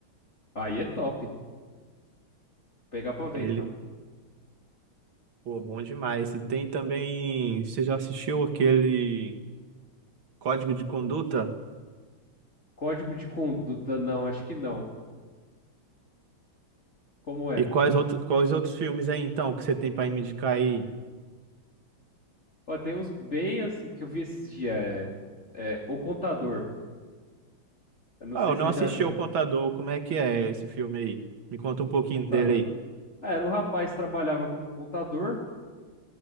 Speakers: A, on the left; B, on the right.
A: aí é top. Pegar pra ver
B: Ele,
A: então.
B: pô, bom demais. E tem também, você já assistiu aquele Código de Conduta?
A: Código de conduta, não, acho que não. Como é?
B: E quais outros, quais outros filmes aí então que você tem para me indicar aí?
A: Ó, tem uns bem assim que eu vi esses dias. É, é, o contador. Eu não
B: Ah,
A: sei
B: eu
A: se
B: não
A: você
B: assisti
A: já viu.
B: ao Contador. Como é que é esse filme aí? Me conta um pouquinho
A: Contador.
B: dele aí.
A: Ah, era um rapaz que trabalhava como contador